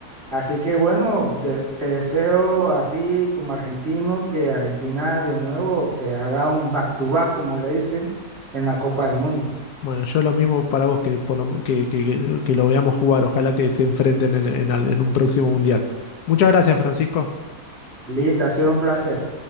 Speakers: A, on the right; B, on the left.
A: Así que bueno, de- te deseo a ti como argentino que Argentina de nuevo, que haga un back to back, como le dicen, en la Copa del Mundo.
B: Bueno, yo lo mismo para vos que, por lo- que, que- que- que lo veamos jugar. Ojalá que se enfrenten en, en al- en un próximo mundial. Muchas gracias, Francisco.
A: Lita, ha sido un placer.